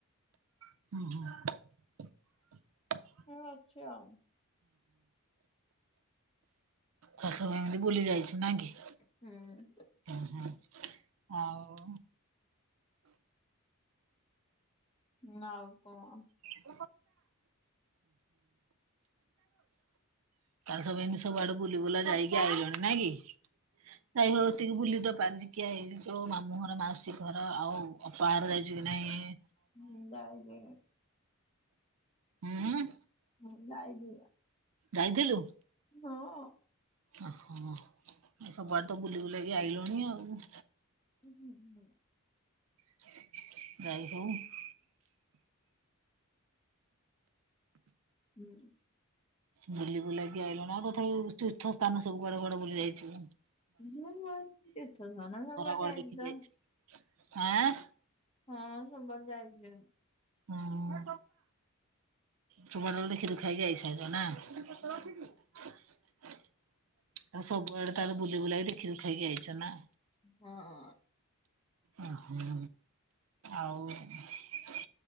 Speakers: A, on the right; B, on the left.
A: ହଁ।
B: ମୁଁ ଅଛି ଆଉ।
A: ଶାଶୁ ଏମିତି ବୁଲି ଯାଇଛି ନାଇକି?
B: ହୁଁ।
A: <inaudible> ହଉ।
B: ନା ଆଉ କଣ।
A: <unintelligible> ତାହେଲେ ସବୁ ଏମି ସବୁ ଆଡେ ବୁଲି ବୁଲା ଯାଇକି ଆଇିଲଣି ନାଇ କି? ଯାଇ ହଉଟିକେ ବୁଲି ତ ପାରନି। କିଆ ଏ ଯେଉଁ ମାମୁଁ ଘର ମାଉସୀ ଘର ଅପାଘର ଯାଇଛି କି ନାହିଁ?
B: <unintelligible>
A: ହୁଁ।
B: ହଁ ଯାଇଚି ପା।
A: ଯାଇଥିଲୁ?
B: ହଁ।
A: ଓ ହୋ ସବୁଆଡେ ତ ବୁଲି ବୁଲାଇକ ଆଇଲୁଣିି ଆଉ।
B: <unintelligible>
A: <unintelligible>
B: ହୁଁ।
A: ବୁଲି ବୁଲାକି ଆଇଲୁ ଆଉ ତଥାପି ତୀର୍ଥ ସ୍ଥାନ ସବୁ କୁଆଡେ କୁଆଡେ ବୁଲି ଯାଇଚୁ?
B: <unintelligible> ତୀର୍ଥ ସ୍ଥାନ ସବୁଆଡେ
A: କୁଆଡେ
B: ଯାଇଥିଲ।
A: ଦେଖି ଯାଇଛୁ ଆଁ।
B: ହଁ ସବୁଆଡେ ଯାଇଚି।
A: ହୁଁ ସବୁଆଡେ ଦେଖି ଦୁଖାକି ଆଇସାଇ ନା? <unintelligible>
B: ହଁ।
A: ଆଉ ସବୁଆଡେ ତାର ବୁଲି ବୁଲାେଇକି ଦେଖି ଦୁଖାଇକି ଆଇଛ ନା?
B: ହଁ ଅ।
A: ଓ ହଁ ଆଉ <inaudible> ଦେଖି